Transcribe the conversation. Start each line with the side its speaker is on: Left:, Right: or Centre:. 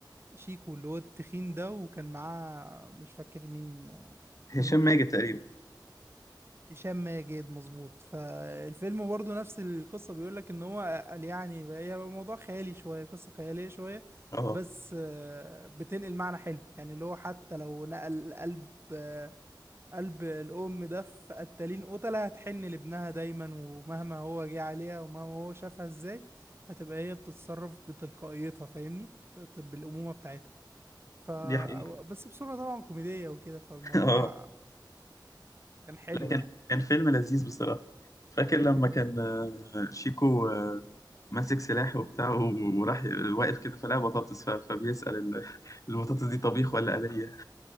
Right: شيكو اللي هو التخين ده وكان معاه مش فاكر مين
Left: هشام
Right: مين تاني
Left: ماجد تقريبا
Right: هشام ماجد مظبوط فالفيلم برضه نفس القصة بيقول لك ان هو قال يعني بقى- هي موضوع خيالي شوية قصة خيالية شوية
Left: اه
Right: بس آه، بتنقل معنى حلو يعني اللي هو حتى لو نقل قلب آه، قلب الأم ده في قتالين قتلة هتحن لابنها دايما ومهما هو جه عليها ومهما هو شافها ازاي هتبقى هي بتتصرف بتلقائيتها فاهمني ت- بالأمومة بتاعتها ف
Left: دي حقيقة
Right: بس بصورة طبعا كوميدية وكده فالموضوع
Left: <laughs> اه
Right: كان حلو
Left: لا كان
Right: يعني
Left: كان فيلم لذيذ بصراحة فاكر لما كان آه، شيكو آه، ماسك سلاح وبتاع و- وراح ي- واقف كده فلقى بطاطس ف- فبيسأل ال- <laughs> البطاطس دي طبيخ ولا آلية